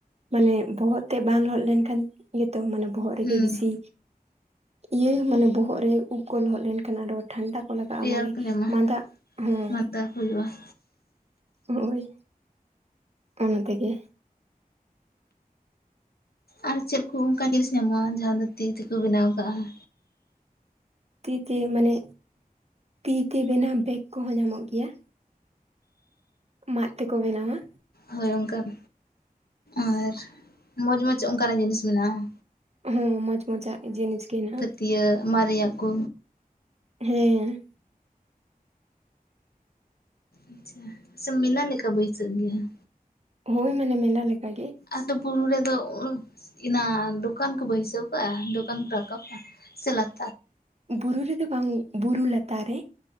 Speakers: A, on the right (about 45°); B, on the left (about 85°).
A: ᱢᱟᱱᱮ ᱵᱚᱦᱚᱜ ᱛᱮ ᱵᱟᱝ ᱞᱚᱦᱚᱫ ᱞᱮᱱ ᱠᱷᱟᱱ ᱜᱮᱛᱚ ᱢᱟᱱᱮ ᱵᱚᱦᱚᱜ ᱨᱮᱜᱮ
B: ᱦᱩᱸ
A: ᱵᱮᱥᱤ ᱤᱭᱟᱹ ᱢᱟᱱᱮ ᱵᱚᱦᱚᱜ ᱨᱮ ᱩᱵ ᱠᱚ ᱞᱚᱦᱚᱜ ᱞᱮᱱᱠᱷᱟᱱ ᱟᱫᱚ ᱴᱷᱟᱱᱰᱟ ᱠᱚ ᱞᱟᱜᱟᱜᱼᱟ
B: ᱨᱮᱭᱟᱲ
A: ᱢᱟᱱᱮ
B: ᱠᱚ ᱧᱟᱢᱟ
A: ᱢᱟᱫᱟᱜ ᱦᱚᱸ,
B: ᱢᱟᱫᱟ ᱠᱚ ᱦᱩᱭᱩᱜᱼᱟ
A: ᱦᱳᱭ᱾ ᱚᱱᱟ ᱛᱮᱜᱮ
B: ᱟᱨ ᱪᱮᱫ ᱠᱚ ᱚᱝᱠᱟ ᱡᱤᱱᱤᱥ ᱧᱟᱢᱚᱜᱼᱟ? ᱡᱟᱸᱦᱟ ᱫᱚ ᱛᱤ ᱛᱮᱠᱚ ᱵᱤᱱᱟᱣ ᱠᱟᱜᱼᱟ᱾
A: ᱛᱤᱛᱮ ᱢᱟᱱᱮ ᱛᱤᱛᱮ ᱵᱮᱱᱟᱣ ᱵᱮᱜᱽ ᱠᱚᱦᱚ ᱧᱟᱢᱚᱜ ᱜᱮᱭᱟ ᱢᱟᱜ ᱛᱮᱠᱚ ᱵᱮᱱᱟᱣ-ᱟ᱾
B: ᱦᱳᱭ ᱚᱠᱟᱱ ᱟᱨ ᱢᱚᱡᱽ ᱢᱚᱡᱽ ᱚᱝᱠᱟᱱᱟᱜ ᱡᱤᱱᱤᱥ ᱢᱮᱱᱟᱜᱼᱟ᱾
A: ᱦᱩᱸ ᱢᱚᱪ ᱢᱚᱪᱟᱜ ᱡᱤᱱᱤᱥ ᱜᱤ ᱦᱮᱸᱱᱟᱜᱼᱟ᱾
B: ᱛᱤᱭᱟᱹ ᱢᱟᱜ ᱨᱮᱭᱟᱜ ᱠᱚ
A: ᱦᱮᱸ
B: ᱟᱪᱷᱟ᱾ ᱥᱮ ᱢᱤᱞᱟ ᱞᱮᱠᱟ ᱵᱟᱹᱭᱥᱟᱹᱜ ᱜᱮᱭᱟ?
A: ᱦᱳᱭ ᱢᱟᱱᱮ ᱢᱮᱞᱟ ᱞᱮᱠᱟᱜ ᱜᱮ
B: ᱟᱫᱚ ᱵᱩᱨᱩ ᱨᱮᱫᱚ ᱚ ᱤᱱᱟ ᱫᱩᱠᱟᱱ ᱠᱚ ᱵᱟᱹᱭᱥᱟᱹᱣ ᱠᱟᱜᱼᱟ, ᱫᱚᱠᱟᱱ ᱠᱚ ᱨᱟᱠᱟᱵᱼᱟ ᱥᱮ ᱞᱟᱠ
A: ᱵᱩᱨᱩ ᱨᱮᱫᱚ ᱵᱟᱝ ᱵᱩᱨᱩ ᱞᱟᱛᱟᱨ ᱨᱮ